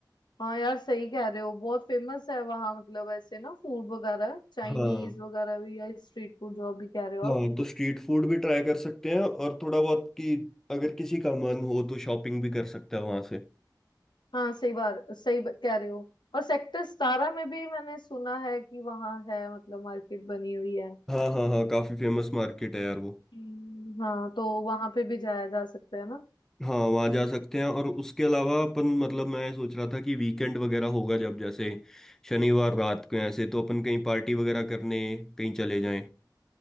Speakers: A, on the left; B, in the centre.
A: हाँ यार सही कह रहे हो बहुत फेमस है वहाँ मतलब ऐसे ना फूड वगैरह चाइनीज
B: हाँ
A: वगैरह भी या स्ट्रीट फूड जो अभी कह रहे हो
B: हाँ
A: आप
B: तो स्ट्रीट फूड भी ट्राई कर सकते हैं और थोड़ा बहुत कि अगर किसी का मन हो तो शॉपिंग भी कर सकता है वहाँ से
A: हाँ सही बार सही ब- कह रहे हो और सेक्टर सतारह में भी मैंने सुना है कि वहाँ है मतलब मार्केट बनी हुई है
B: हाँ हाँ हाँ काफी फेमस मार्केट है यार वो
A: हम्म, हाँ तो वहां पे भी जाया जा सकता है ना
B: हाँ वहाँ जा सकते हैं और उसके अलावा अपन मतलब मैं सोच रहा था कि वीकेंड वगैरह होगा जब जैसे शनिवार रात को ऐसे तो अपन कहीं पार्टी वगैरह करने कहीं चले जाएं